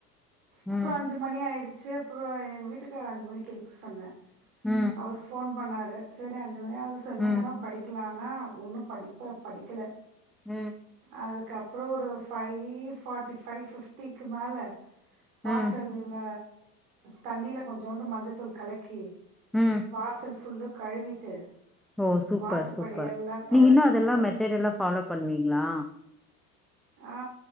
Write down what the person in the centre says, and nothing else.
ம்
உ
ம்
உ
ம்
ம்
ஓ சூப்பர்
சூப்பர் நீங்க
இன்னு அதெல்லா மெத்தட் எல்லா ஃபாலோ பண்ணுவீங்களா